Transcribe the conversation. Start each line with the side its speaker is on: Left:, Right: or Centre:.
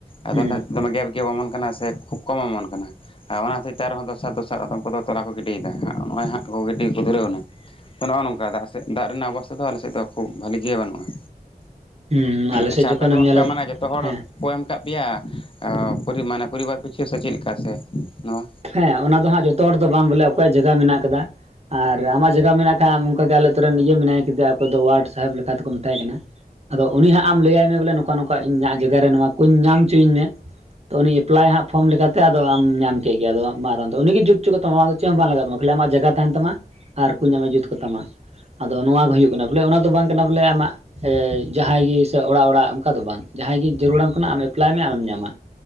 Left: ᱟᱫᱚ
Right: ᱦᱩᱸ
Left: ᱚᱱᱟ ᱫᱚᱢᱮ ᱜᱮᱯ ᱜᱮᱯ ᱚᱢᱚᱱ ᱠᱟᱱᱟ ᱥᱮ ᱠᱷᱩᱵᱽ ᱠᱚᱢ ᱚᱢᱚᱱ ᱠᱟᱱᱟ? ᱟᱨ ᱚᱱᱟ ᱦᱚᱛᱮᱡ ᱛᱮ ᱟᱨᱦᱚᱸ ᱫᱚᱥᱟᱨ ᱫᱚᱥᱟᱨ ᱟᱫᱚᱢ ᱠᱚᱫᱚ ᱛᱚᱞᱟ ᱠᱚ ᱜᱤᱰᱮᱫᱟ ᱱᱚᱜᱼᱚᱸᱭ ᱦᱟᱸᱜ ᱜᱤᱰᱤ ᱜᱮᱠᱚ ᱫᱷᱩᱨᱟᱹᱣ ᱮᱱᱟ ᱛᱚ ᱱᱚᱜᱼᱚ ᱱᱚᱝᱠᱟ ᱟᱠᱮᱥᱮᱫ ᱫᱟᱜ ᱨᱮᱱᱟᱜ ᱚᱵᱚᱥᱛᱷᱟ ᱫᱚ ᱟᱞᱮᱥᱮᱫ ᱫᱚ ᱠᱷᱩᱵᱽ ᱵᱷᱟᱞᱤ ᱜᱮ ᱵᱟᱹᱱᱩᱜᱼᱟ
Right: ᱦᱩᱸ ᱟᱞᱮᱥᱮᱫ
Left: ᱟᱪᱪᱷᱟ
Right: ᱡᱚᱠᱷᱚᱱᱮᱢ
Left: ᱟᱯᱮ ᱫᱚ ᱚᱱᱠᱟ
Right: ᱧᱮᱞᱟ
Left: ᱢᱟᱱᱮ ᱡᱚᱛᱚ ᱦᱚᱲ
Right: ᱦᱮᱸ
Left: ᱠᱚ ᱮᱢ ᱟᱠᱟᱫ ᱯᱮᱭᱟ ᱟᱹ ᱯᱚᱨᱤ ᱢᱟᱱᱮ ᱯᱚᱨᱤᱵᱟᱨ ᱯᱤᱪᱷᱟᱹ ᱥᱮ ᱪᱮᱫ ᱞᱮᱠᱟ ᱥᱮ ᱱᱚᱣᱟ?
Right: ᱦᱮᱸ ᱚᱱᱟ ᱫᱚ ᱦᱟᱸᱜ ᱡᱚᱛᱚ ᱦᱚᱲ ᱫᱚ ᱵᱟᱝ ᱵᱚᱞᱮ ᱚᱠᱚᱭᱟᱜ ᱡᱟᱭᱜᱟ ᱢᱮᱱᱟᱜ ᱠᱟᱫᱟ ᱟᱨ ᱟᱢᱟᱜ ᱡᱟᱭᱜᱟ ᱢᱮᱱᱟᱜ ᱠᱷᱟᱡ ᱚᱱᱠᱟ ᱜᱮ ᱟᱞᱮ ᱟᱛᱳ ᱨᱮᱱ ᱤᱭᱟᱹ ᱢᱮᱱᱟᱭ ᱠᱮᱫᱮᱭᱟ ᱚᱠᱚᱭ ᱫᱚ ᱣᱟᱨᱰ ᱥᱟᱦᱮᱵᱽ ᱞᱮᱠᱟᱛᱮᱠᱚ ᱢᱮᱛᱟᱭ ᱠᱟᱱᱟ ᱟᱫᱚ ᱩᱱᱤ ᱦᱟᱸᱜ ᱟᱢ ᱞᱟᱹᱭᱟᱭ ᱦᱮᱸ ᱵᱚᱞᱮ ᱱᱚᱝᱠᱟ ᱱᱚᱝᱠᱟ ᱤᱧᱟᱹᱜ ᱡᱟᱭᱜᱟ ᱨᱮ ᱱᱚᱣᱟ ᱠᱩᱧ ᱧᱟᱢ ᱚᱪᱚᱧ ᱢᱮ ᱛᱚ ᱩᱱᱤ ᱮᱯᱞᱟᱭᱟ ᱦᱟᱸᱜ ᱯᱷᱚᱨᱢ ᱞᱮᱠᱟᱛᱮ ᱟᱫᱚ ᱟᱢ ᱧᱟᱢ ᱴᱷᱤᱠ ᱜᱮᱭᱟ ᱟᱫᱚ ᱦᱟᱸᱜ ᱢᱟ ᱫᱚ ᱩᱱᱤ ᱜᱮ ᱡᱩᱛ ᱚᱪᱚ ᱠᱟᱛᱟᱢ ᱟᱫᱚ ᱪᱮᱫ ᱦᱚᱸ ᱵᱟᱝ ᱞᱟᱜᱟᱜ ᱛᱟᱢᱟ ᱠᱷᱟᱹᱞᱤ ᱟᱢᱟᱜ ᱡᱟᱭᱜᱟ ᱛᱟᱦᱮᱸᱱ ᱛᱟᱢᱟ ᱟᱨ ᱠᱚ ᱧᱟᱢᱟ ᱡᱩᱛ ᱠᱟᱛᱟᱢᱟ ᱟᱫᱚ ᱱᱚᱣᱟ ᱜᱮ ᱦᱩᱭᱩᱜ ᱠᱟᱱᱟ ᱵᱚᱞᱮ ᱚᱱᱟ ᱫᱚ ᱵᱟᱝ ᱠᱟᱱᱟ ᱵᱚᱞᱮ ᱟᱢᱟᱜ ᱮ ᱡᱟᱦᱟᱸᱭ ᱜᱮ ᱥᱮ ᱚᱲᱟᱜ ᱚᱲᱟᱜ ᱚᱱᱠᱟ ᱫᱚ ᱵᱟᱝ ᱡᱟᱦᱟᱸᱭ ᱜᱮ ᱡᱟᱹᱨᱩᱲᱟᱢ ᱠᱟᱱᱟ ᱟᱢ ᱮᱯᱞᱟᱭ ᱢᱮ ᱟᱢᱮᱢ ᱧᱟᱢᱟ